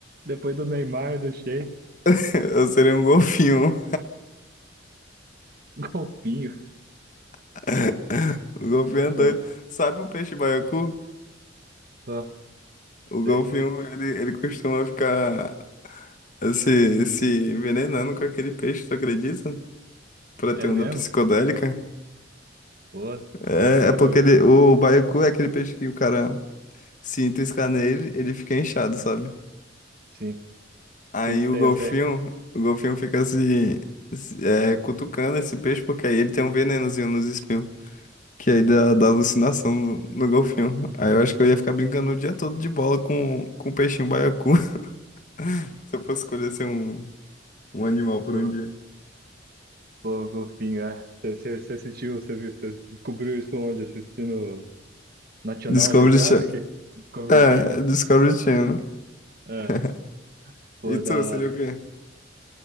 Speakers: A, on the right; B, on the left.
A: depois do Neymar, do Sheik,
B: <laughs> eu seria um golfinho.
A: <laughs> golfinho.
B: <laughs> O golfinho é doido.
A: Pô,
B: Sabe o peixe baiacu?
A: pô,
B: O
A: sei.
B: golfinho, ele, ele costuma ficar se, se envenenando com aquele peixe, tu acredita? Pra ter
A: É mesmo?
B: onda psicodélica.
A: Pô,
B: É,
A: você você
B: é porque
A: viu?
B: ele, o baiacu é aquele peixe que o cara se triscar nele, ele fica inchado, sabe?
A: Sim,
B: Aí
A: sim, sei,
B: o golfinho,
A: eu sei.
B: o golfinho fica se, se- é, cutucando esse peixe, porque aí ele tem um venenozinho nos espinhos. Que aí dá, dá alucinação no, no golfinho. Aí eu acho que eu ia ficar brincando o dia todo de bola com, com o peixinho baiacu. <laughs> Se eu fosse escolher ser um, um animal por
A: Pô,
B: um dia.
A: pô, golfinho, é. Você, você você assistiu, você viu, você descobriu isso onde? Assistindo National
B: Discovery
A: Geographic?
B: Channel.
A: Discovery
B: É,
A: Channel?
B: Discovery Channel.
A: É,
B: <laughs>
A: pô,
B: E tu,
A: da hora.
B: seria o quê?